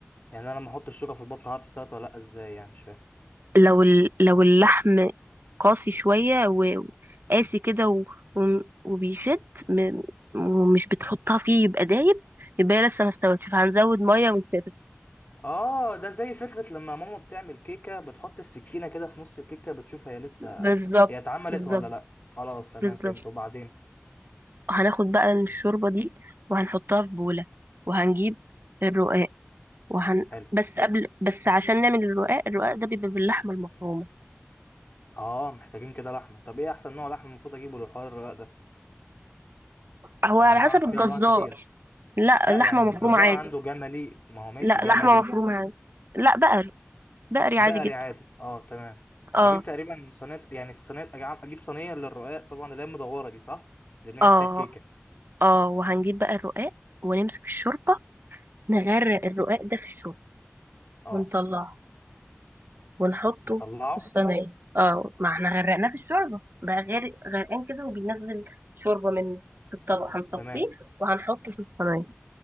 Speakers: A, on the left (about 40°); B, on the right (about 50°).
A: يعني انا لما احط الشوكه في البطه هعرف استوت ولا لا ازاي يعني مش فاهم
B: لو ال... لو اللحم قاسي شوية و- وقاسي كده و... و... وبيشد م... ومش بتحطها فيه يبقى دايب يبقى هي لسه ما استوتش فهنزود مية ونسيبها
A: اه ده زي فكرة لما ماما بتعمل كيكة بتحط السكينة كده في نص الكيكة بتشوف هي لسه
B: بالظبط
A: هي اتعملت
B: بالظبط
A: ولا لا خلاص تمام
B: بالظبط
A: فهمت وبعدين
B: هناخد بقى الشوربة دي وهنحطها في بولة وهنجيب الرقاق وهن
A: حلو
B: بس قبل بس عشان نعمل الرقاق الرقاق ده بيبقى باللحمة المفرومة
A: اه محتاجين كده لحمة طب ايه احسن نوع لحمة المفروض اجيبه للحوار الرقاق ده
B: هو
A: يعني
B: على
A: انا
B: حسب
A: اعرف
B: الجزار
A: فيه انواع كتير
B: لا
A: لا
B: اللحمة
A: يعني
B: مفرومة
A: الجزار
B: عادي
A: عنده جملي ما هو ماشي
B: لا
A: جملي
B: لحمة مفرومة عادي لا بقري بقري
A: بقري
B: عادي جدا
A: عادي اه تمام
B: اه
A: اجيب تقريبا صينية يعني صينية أجع- اجيب صينية للرقاق طبعا اللي هي المدورة دي صح اللي بنعمل
B: اه
A: فيها الكيكة
B: اه وهنجيب بقى الرقاق ونمسك الشوربة نغرق الرقاق ده في الشوربة
A: اه
B: ونطلعه ونحطه
A: نطلعه
B: في الصينية اه ما احنا غرقناه في الشوربة بقى غير غرقان كده وبينزل شوربة من في الطبق هنصفيه
A: تمام
B: وهنحطه في الصينية